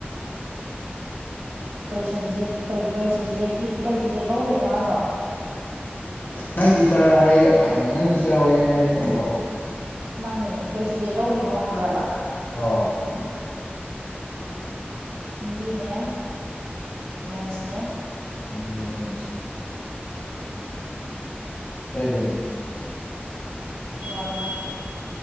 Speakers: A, on the right; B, on the left.
A: ꯀꯔꯤ ꯁꯕꯖꯦꯛ ꯀꯩ ꯀꯔꯤ ꯁꯕꯖꯦꯛꯀꯤ ꯀꯩ ꯁꯕꯖꯦꯛ ꯂꯧꯕꯔꯤꯅꯣ ꯍꯥꯏꯔꯣ
B: ꯅꯪꯗꯤꯤ ꯆꯥꯔ ꯍꯥꯏꯌꯦ ꯅꯪ ꯆꯤ ꯆꯔ ꯍ ꯍꯥꯏꯕ ꯅꯠꯇ꯭ꯔꯣ
A: ꯃꯥꯅꯦ ꯀꯩ ꯁꯖꯦꯛ ꯂꯧꯔꯤꯅꯣ ꯍꯥꯏꯕ꯭ꯔꯕ
B: ꯑꯣ
A: ꯍꯤꯟꯗꯤꯅꯦ ꯃꯦꯠꯁꯅꯦ
B: ꯎꯝ ꯍ ꯍ
A: ꯣꯏ